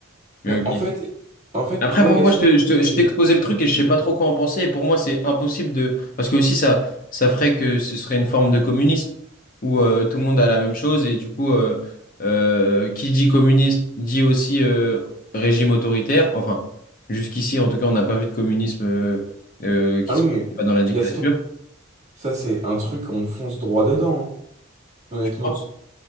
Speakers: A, on the left (about 40°); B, on the right (about 35°).
A: Mais
B: Mais
A: ok.
B: en fait, en fait,
A: Après,
B: tu vois,
A: moi,
B: Gaston,
A: moi je te, je te-
B: tu,
A: je t'ai exposé le truc
B: tu tu
A: et je sais
B: dis.
A: pas trop quoi en penser. Et pour moi, c'est impossible de. Parce que aussi, ça, ça ferait que ce serait une forme de communisme où euh, tout le monde a la même chose. Et du coup, euh, euh, qui dit communisme dit aussi euh, régime autoritaire. Enfin, jusqu'ici, en tout cas, on n'a pas vu de communisme euh, euh, qui
B: Ah oui,
A: se passe
B: mais
A: pas dans la dictature,
B: Gaston. Ça, c'est un truc, on fonce droit dedans, hein, honnêtement.
A: je pense.